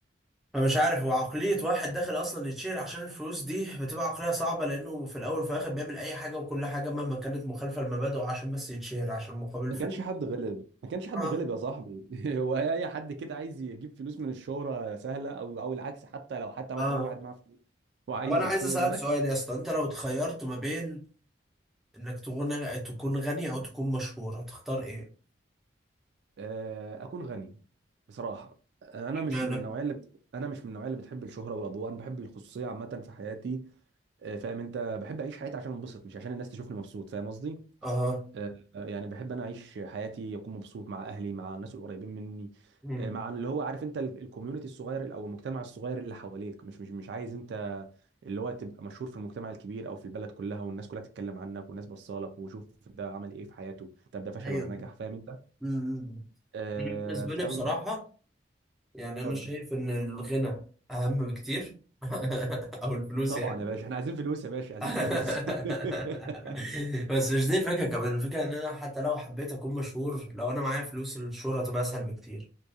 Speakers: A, in the centre; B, on the right.
A: فمش عارف هو عقلية واحد داخل أصلا يتشهر عشان الفلوس دي بتبقى عقلية صعبة لأنه في الأول وفي الآخر بيعمل أي حاجة وكل حاجة مهما كانت مخالفة لمبادئه عشان بس يتشهر عشان مقابل
B: ما
A: فلوس
B: كانش حد غلب ما كانش حد
A: آه
B: غلب يا صاحبي <laughs> هو اي حد كده عايز يجيب فلوس من الشهرة سهلة او او العكس حتى لو حتى مثلا
A: آه
B: واحد معاه فلوس وعايز
A: طب أنا عايز
B: يتشير
A: أسألك
B: ملاش
A: سؤال يا اسطى أنت لو اتخيرت ما بين إنك تكون تكون غني أو تكون مشهور هتختار إيه؟
B: آه، اكون غني بصراحة آه، انا
A: اشمعنى؟
B: مش من النوعية اللي بت... انا مش من النوعية اللي بتحب الشهرة والاضواء انا بحب الخصوصية عامة في حياتي آه، فاهم انت بحب اعيش حياتي عشان انبسط مش عشان الناس تشوفني مبسوط فاهم قصدي
A: آه
B: آه، يعني بحب انا اعيش حياتي اكون مبسوط مع اهلي مع الناس القريبين مني
A: امم
B: آه، مع اللي هو عارف انت ال- الكوميونتي الصغير او المجتمع الصغير اللي حواليك مش مش مش عايز انت اللي هو تبقى مشهور في المجتمع الكبير او في البلد كلها والناس كلها تتكلم عنك والناس بصالك وشوف ده عمل ايه في حياته طب ده فشل
A: أيوه
B: ولا نجح فاهم انت
A: امم
B: آه،
A: أنا بالنسبة
B: فاهم
A: لي بصراحة يعني
B: اتفضل
A: أنا شايف إن الغنى أهم بكتير <laughs> أو الفلوس
B: طبعا
A: يعني.
B: يا باشا احنا عايزين فلوس يا باشا عايزين
A: <laughs>
B: فلوس <laughs>
A: بس مش دي الفكرة كمان الفكرة ان انا حتى لو حبيت اكون مشهور لو انا معايا فلوس الشهرة تبقى اسهل بكتير